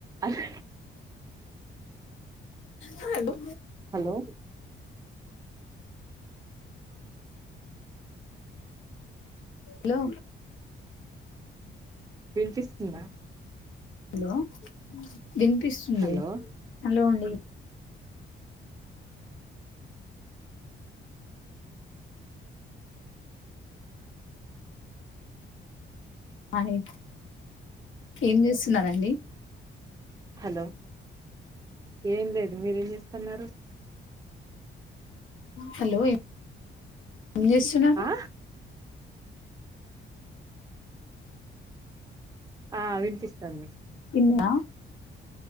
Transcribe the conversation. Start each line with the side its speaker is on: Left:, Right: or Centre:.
Right: అస్
Left: hello
Right: hello
Left: hello
Right: వినిపిస్తుందా
Left: hello వినిపిస్తుంది
Right: hello
Left: hello అండి అయ ఏం చేస్తున్నరు అండి
Right: హలో ఏం లేదు మీరేం చేస్తున్నారు
Left: హలో ఏం చేస్తున్నారు
Right: ఆ ఆ వినిపిస్తాంది
Left: తిన్న